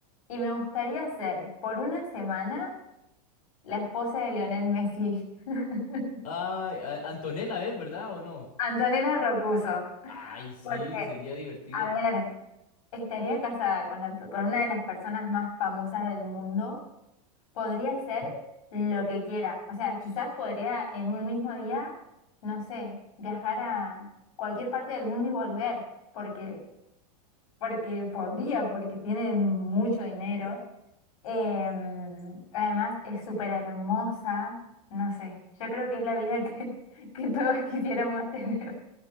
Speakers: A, on the left; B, on the left.
A: y me gustaría ser por una semana. la esposa de Lionel Messi, <laughs>
B: Ay, a- Antonella es, ¿verdad o no?
A: Antonella Rocuso,
B: Ay, sí,
A: porque,
B: sería divertido.
A: a ver, estaría casada con la- con una de las personas más famosas del mundo, podría hacer lo que quiera. O sea, quizás podría en un mismo día, no sé, viajar a cualquier parte del mundo y volver, porque, porque podría, porque tiene mucho dinero. Em, además es súper hermosa, no sé, yo creo que es la vida que, <laughs> que todos quisiéramos tener.